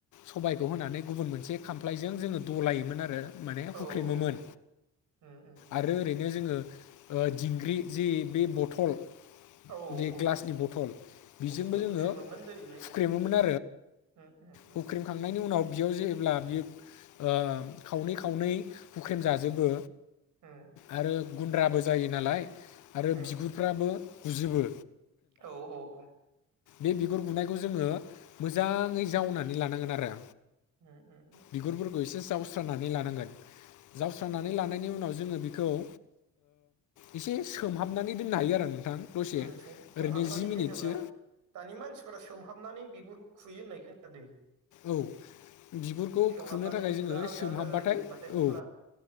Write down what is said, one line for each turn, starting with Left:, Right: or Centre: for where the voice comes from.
Left: सबायखौ होनानै गुबुन मोनसे खामफ्लायजों जोङो दलायोमोन आरो। माने
Right: औ
Left: हुख्रेमोमोन
Right: औ औ उम उम उम
Left: आरो ओरैनो जोङो ओ दिंग्रि जि बे बथल
Right: औ
Left: बे
Right: औ
Left: ग्लासनि बथल बेजोंबो
Right: अ बेजों
Left: जोङो
Right: हुख्रेमोमोन जाहैबाय
Left: हुख्रेम <unintelligible> औ
Right: उम उम
Left: हुख्रेम
Right: उम
Left: खांनायनि उनाव बियाव जेब्ला बियो ओ खावनै खावनै हुख्रेम जाजोबो
Right: उम
Left: आरो गुन्द्राबो जायो नालाय आरो
Right: उम
Left: बिगुरफ्राबो
Right: उम
Left: गुजिबो
Right: औ औ औ
Left: बे बिगुर गुनायखौ जोङो मोजाङै जावनानै लानांगोन आरो।
Right: उम उम उम
Left: बिगुरफोरखौ एसे जावस्रानानै लानांगोन जावस्रानानै लानायनि उनाव जोङो बेखौ ओ एसे सोमहाबनानै दोननो हायो आरो। नोंथां दसे
Right: उम सं सोहाबनानै
Left: ओरैनो जि मिनिटसो
Right: जेनेब्ला दानि मानसिफोरा सोमहाबनानै बिगुरखौ खुयो होननाय खोनादो।
Left: औ बिगुरखौ
Right: सोमहाबनानै
Left: खुनो थाखाय
Right: बिगुरा
Left: जोङो
Right: आलदा
Left: सोमहाबबाथाय
Right: आलदा जायो होमबाथाय
Left: औ
Right: अब्ला